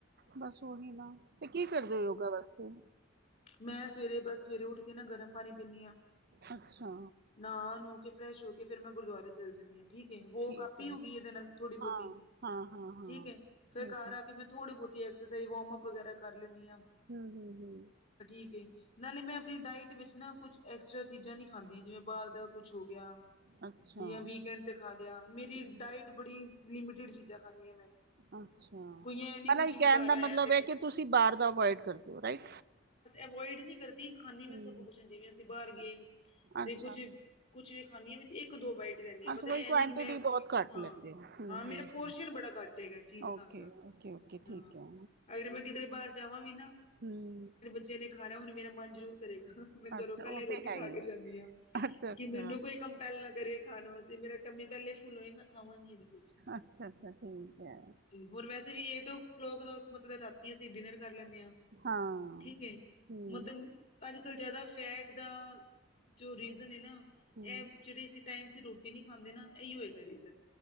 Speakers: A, on the right (about 55°); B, on the left (about 45°).
A: ਬਸ ਉਹੀ ਨਾ, ਤੇ ਕੀ ਕਰਦੇ ਹੋ ਯੋਗਾ ਵਾਸਤੇ।
B: ਮੈ ਸਵੇਰੇ ਬਸ ਸਵੇਰੇ ਉੱਠ ਕੇ ਨਾ, ਗਰਮ ਪਾਣੀ ਪੀਂਨੀ ਆਂ।
A: ਅੱਛਾ।
B: ਨਾ ਨੂਹ ਕੇ ਫਰੈਸ਼ ਹੋ ਕੇ, ਫੇਰ ਮੈਂ ਗੁਰਦੁਆਰੇ ਚੱਲ ਜਾਂਨੀ ਆਂ। ਠੀਕ ਏ ਵੋਕ
A: ਠੀਕ
B: ਆਪੀ
A: ਹੈ
B: ਹੋ ਗਈ ਇਹਦੇ ਨਾਲ, ਥੋੜੀ ਬਹੁਤੀ
A: ਹਾਂ ਹਾਂ ਹਾਂ ਹਾਂ
B: ਠੀਕ ਏ, ਫੇਰ
A: ਠੀਕ
B: ਘਰ
A: ਹੈ
B: ਆ ਕੇ ਮੈਂ ਥੋੜ੍ਹੀ ਬਹੁਤੀ ਐਕਸਰਸਾਈਜ਼, ਵਾਰਮਅਪ ਵਗੈਰਾ ਕਰ ਲੈਂਨੀ ਆਂ।
A: ਹੂੰ- ਹੂੰ- ਹੂੰ
B: ਠੀਕ ਐ, ਨਾਲੇ ਮੈ ਆਪਣੀ ਡਾਇਟ ਵਿਚ ਨਾ ਕੁਛ ਐਕਸਟਰਾ ਚੀਜ਼ਾਂ ਨੀ ਖਾਂਦੀ, ਜਿਵੇ ਬਾਹਰ ਦਾ ਕੁਛ ਹੋ ਗਿਆ।
A: ਅੱਛ- ਅੱਛਾ
B: ਜਾਂ ਵੀਕਐਂਡ ਤੇ ਖਾ ਲਿਆ, ਮੇਰੀ
A: ਹੂੰ
B: ਡਾਇਟ ਬੜੀ ਲਿਮਟਿਡ ਚੀਜਾਂ ਖਾਂਨੀ ਆਂ ਮੈਂ।
A: ਅੱਛਾ,
B: ਕੋਈ ਐ ਨੀ ਪੁੱਛ
A: ਮਤਲਬ
B: ਕੀ
A: ਕਹਿਣ
B: ਕਰ
A: ਦਾ
B: ਆਇਆ
A: ਮਤਲਬ
B: ਤੇ
A: ਐ,
B: ਮੈਂ
A: ਕਿ ਤੁਸੀਂ ਬਾਹਰ ਦਾ ਔਵਾਇਡ ਕਰਦੇ ਓ ਰਾਈਟ।
B: ਔਵਾਇਡ ਨੀ ਕਰਦੀ, ਖਾਂਦੀ ਮੈਂ
A: ਹਮ,
B: ਸਭ ਕੁਛ ਜਿਵੇਂ ਅਸੀਂ ਬਾਹਰ ਗਏ, ਤੇ
A: ਅੱਛਾ
B: ਕੁੱਛ ਕੁਛ ਵੀ ਖਾਣੀ ਆ ਵੀ, ਇੱਕ ਦੋ ਬਾਈਟ। ਹੁੰਦੀ ਰਹਿੰਦੀ ਐ ਮਤਲਬ,
A: ਅੱਛਾ ਬਈ
B: ਇਹ
A: ਕੁਆਂਟੀਟੀ
B: ਨੀ ਕਿ, ਮੈਂ
A: ਬਹੁਤ ਘੱਟ
B: ਹਾਂ-ਹਾਂ
A: ਲੈਂਦੇ ਹੋ ਹੂੰ ਹੂੰ
B: ਮੇਰਾ ਪੋਰਸ਼ਨ
A: ਹੂੰ
B: ਬੜਾ ਘੱਟ ਹੈਗਾ। ਚੀਜ਼ ਖਾਣ
A: ਓਕੇ
B: ਦਾ,
A: ਓਕੇ ਓਕੇ
B: ਹਾਂ,
A: ਠੀਕ ਹੈ
B: ਅਗਰ ਮੈਂ ਕਿਧਰੇ ਬਾਹਰ ਜਾਵਾਂ ਵੀ ਨਾ
A: ਹੂੰ,
B: ਚਨੇ ਖਾਣਾ, ਮੇਰਾ ਮਨ ਜ਼ਰੂਰ ਕਰੇਗਾ। ਮੈਂ
A: ਅੱਛਾ
B: ਘਰੋਂ ਪਹਿਲਾਂ
A: ਉਹ
B: ਹੀ ਰੋਟੀ
A: ਤੇ ਹੈ
B: ਖਾ ਕੇ ਜਾਨੀ ਆਂ,
A: ਅੱਛਾ ਅੱਛਾ
B: ਕਿ ਮੈਨੂੰ ਕੋਈ ਕੰਮ ਪਹਿਲਾਂ ਕਰੇ ਖਾਣ ਵਾਸਤੇ, ਮੇਰਾ ਟੰਮੀ ਪਹਿਲੇ ਫੁੱਲ ਹੋਈ, ਮੈਂ ਖਾਵਾਂਗੀ ਨੀ ਕੁਛ।
A: ਅੱਛਾ- ਅੱਛਾ, ਠੀਕ ਐ।
B: ਹੋਰ ਵੈਸੇ ਵੀ ਏਟ ਓ ਕਲੌਕ ਰਾਤੀ, ਅਸੀਂ ਡਿਨਰ ਕਰ ਲੈਂਨੇ ਆਂ।
A: ਹਾਂ
B: ਠੀਕ ਏ,
A: ਹਮ,
B: ਮਤਲਬ ਅੱਜ-ਕੱਲ੍ਹ ਜ਼ਿਆਦਾ ਫੈਟ ਦਾ ਜੋ ਰੀਜ਼ਨ ਏ ਨਾ
A: ਹਮ,
B: ਇਹ ਜਿਹੜੀ ਅਸੀਂ ਟੈਮ ਸਿਰ ਰੋਟੀ ਨਹੀ ਖਾਂਦੇ ਨਾ, ਇਹੀ ਹੋਏਗਾ ਰੀਜ਼ਨ।